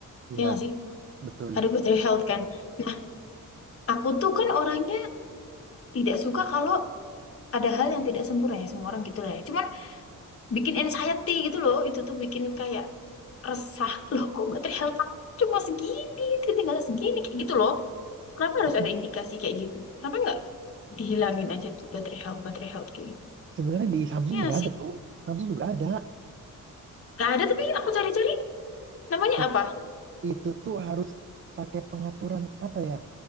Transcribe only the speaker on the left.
ya nggak sih?
Ada battery health kan. Nah, aku tuh kan orangnya tidak suka kalau ada hal yang tidak sempurna ya. Semua orang gitu lah ya. Cuman bikin anxiety gitu loh. Itu tuh bikin kayak resah. Loh kok battery health aku cuma segini, tinggal segini. Kayak gitu loh. Kenapa harus
ada indikasi kayak gitu? Kenapa nggak dihilangin aja tuh baterai health, baterai health kayak gitu?
Ya nggak
sih,
nggak ada tapi aku cari-cari namanya
apa?